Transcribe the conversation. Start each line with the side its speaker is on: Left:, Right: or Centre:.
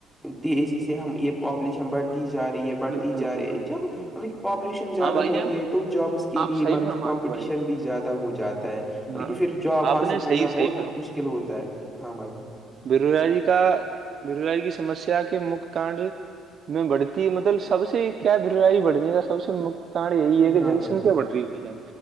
Centre: تیزی سے ہم یہ پاپولیشن بڑھتی جا رہی ہے بڑھتی
Right: بالکل
Centre: جا
Right: بالکل
Centre: رہی ہے
Right: بالکل
Centre: جب مطلب پاپولیشن زیادہ
Right: ہاں بھائی
Centre: ہوتی
Right: جان
Centre: ہے تو جابس کے لیے
Right: آپ صحیح
Centre: مطلب
Right: فرما
Centre: کمپنی
Right: رہے ہو بھائی جان
Centre: بھی زیادہ ہو جاتا ہے مطلب
Right: ہاں
Centre: کہ پھر جاب
Right: آپ
Centre: حاصل
Right: نے صحیح
Centre: کرنا
Right: صحیح
Centre: بہت ہی مشکل ہوتا ہے ہاں بھائی
Right: بیروزاری کا بوزاری کی سمسیا کے مک کانڈ میں بڑھتی مطلب سب سے کیا ب بڑھنے کا سب سے ڑ یہی ہے کہ
Centre: ہاں
Right: جنسن
Centre: بھائی جان
Right: کیا بڑ رہی ہے